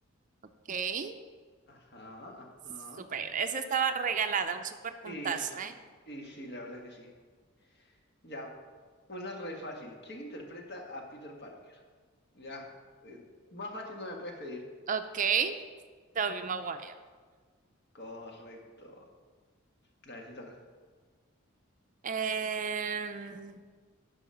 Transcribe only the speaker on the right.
Kate.
super Esa estaba regalada, un super puntazo,
¿eh?
Ok. Tobey Maguire.
Em,